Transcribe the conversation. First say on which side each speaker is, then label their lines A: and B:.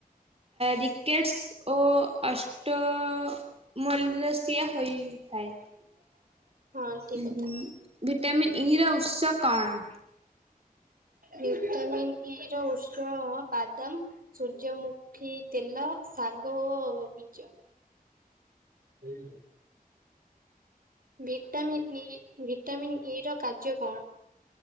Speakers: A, on the right (about 40°); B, on the right (about 70°).
A: ରିକେଟ୍ସ୍ ଓ ଅଷ୍ଟ ମଲରେସିଆ ହୋଇଥାଏ।
B: <inaudible> ହଁ ଠିକ୍
A: ଉଁ
B: କଥା।
A: ଭିଟାମିନ୍ ଇ ର ଉତ୍ସ କଣ?
B: ଭିଟାମିନ୍ ଇ ର ଉତ୍ସ ବାଦାମ ସୂର୍ଯ୍ୟମୁଖୀ ତେଲ, ଶାଗ ଓ ବୀଜ। <unintelligible> ଭିଟାମନ୍ ଇ ଭିଟାମିନ୍ ଇ ର କାର୍ଯ୍ୟ କଣ?